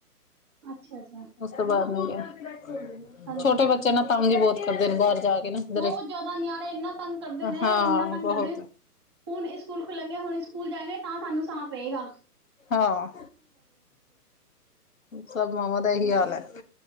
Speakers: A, on the right; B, on the left.
A: ਅੱਛਾ ਅੱਛਾ।
B: ਉਸ ਤੋਂ ਬਾਅਦ ਨੀ ਗਏ,
A: ਹਾਂਜੀ
B: ਛੋਟੇ
A: ਹਾਂਜੀ
B: ਬੱਚੇ ਨਾ ਤੰਗ ਈ ਬਹੁਤ ਕਰਦੇ ਨੇ ਬਾਹਰ ਜਾ ਕੇ ਨਾ। ਕਿਧਰੇ
A: ਬਹੁਤ ਜ਼ਿਆਦਾ ਨਿਆਣੇ ਇੰਨਾ ਤੰਗ ਕਰਦੇ ਨੇ,
B: ਹਾਂ
A: ਇੰਨਾ ਤੰਗ
B: ਬਹੁਤ
A: ਕਰਦੇ ਨੇ ਹੁਣ ਇਸਕੂਲ ਖੁੱਲਣਗੇ, ਹੁਣੀ ਸਕੂਲ ਜਾਏਗੇ ਤਾਂ ਸਾਨੂੰ ਸਾਹ ਪੇਗਾ।
B: ਹਾਂ, ਸਭ ਮਾਂਵਾਂ ਦਾ ਏ ਹੀ ਹਾਲ ਐ।